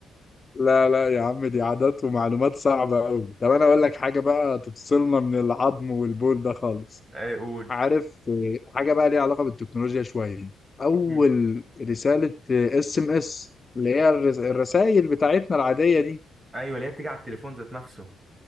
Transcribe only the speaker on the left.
لا لا يا عم دي عادات ومعلومات صعبه قوي طب انا اقول لك حاجه بقى تفصلنا من العظم والبول ده خالص
عارف آه، حاجة بقى ليها علاقة بالتكنولوجيا شوية أول
رسالة اس ام اس اللي هي الرسائل بتاعتنا العادية دي